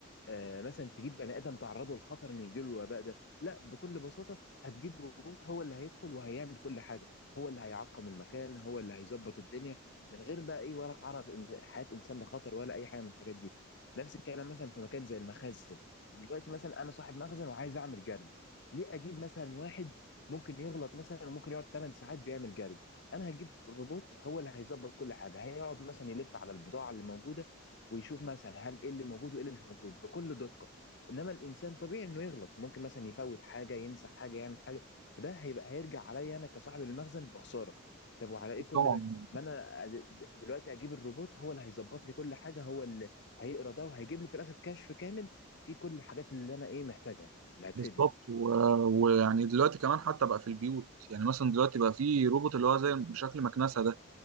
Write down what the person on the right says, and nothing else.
طبعا
بالظبط و... ويعني دلوقتي كمان حتى بقى في البيوت يعني مثلا دلوقتي بقى في روبوت اللي هو زي بشكل مكنسه ده